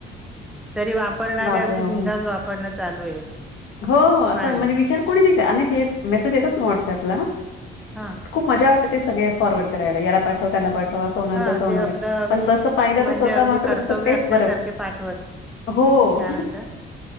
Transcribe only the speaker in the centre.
तरी वापरणारे
अगदी
बिंदास वापरणं चालू आहे..
पाणी
हा
हा
ते आपलं
अगदी
म्हणजे
अगदी
कर्तव्य
असल्यासारखे
पाठवत
काय म्हणतात